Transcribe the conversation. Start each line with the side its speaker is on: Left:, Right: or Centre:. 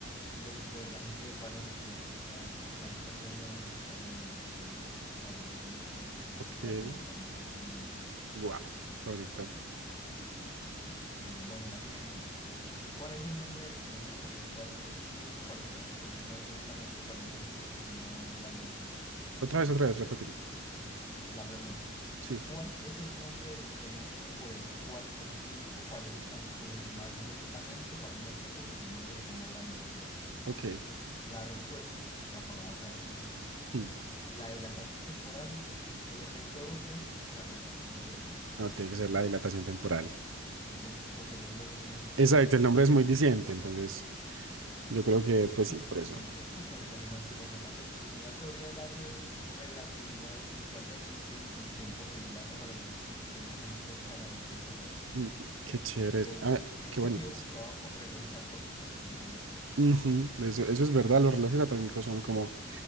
Left: Los de la gente de Palenque en la costa atlántica colombiana se inspiraron en las historias de la la revolución de Haití
Right: ok,
Left: para comenzar la independencia.
Right: wow, qué bonito.
Left: Eh, bueno, la siguiente. ¿Cuál es el nombre del fenómeno por el cual el tiempo parece transcurrir más lentamente para un objeto que se mueve a una gran velocidad?
Right: Otra vez, otra vez, repetimos.
Left: La pregunta,
Right: Sí,
Left: ¿cuál es el nombre del fenómeno por el cual el tiempo parece transcurrir más lentamente para un objeto que se mueve a una gran velocidad?
Right: ok.
Left: Las respuestas, la paradoja de los gemelos,
Right: hmm,
Left: la dilatación temporal, el efecto Doppler o la contracción de Lorentz.
Right: No, tiene que ser la dilatación temporal.
Left: Es como que el nombre es muy, es
Right: Exacto,
Left: muy también.
Right: el nombre es muy diciente, entonces yo creo que, pues
Left: ¿sí?
Right: sí, por eso.
Left: En efecto, pues hay una explicación rápida, es que según la teoría de la re- relatividad especial de Einstein, el tiempo se dilata para los objetos que viajan cerca de la velocidad de la luz.
Right: Mm, Qué chévere.
Left: Eh,
Right: A ver,
Left: esto
Right: qué bonitos.
Left: ha sido comprobado con relojes atómicos en aviones.
Right: Ujú, eso, eso es verdad, los relojes atómicos son como